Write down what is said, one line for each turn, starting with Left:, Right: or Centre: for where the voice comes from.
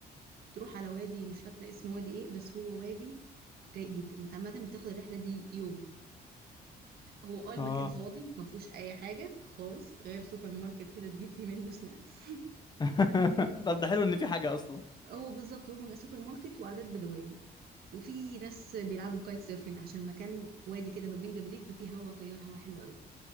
Right: تروح على وادي مش فاكرة اسمه وادي ايه بس هو وادي رايق جدا انت عامة بتاخد الرحلة دي يوم هو اه المكان
Left: اه
Right: فاضي ما فيهوش اي حاجة خالص غير سوبر ماركت كده تجيب فيه منه <laughs> سناكس
Left: <laughs> طب ده حلو ان في حاجة اصلا
Right: هو بالظبط هو سوبر ماركت وعادات بدوية وفي ناس بيلعبوا كايت سيرفنج عشان المكان وادي كده ما بين جبلين ففي هوا طيار هوا حلو قوي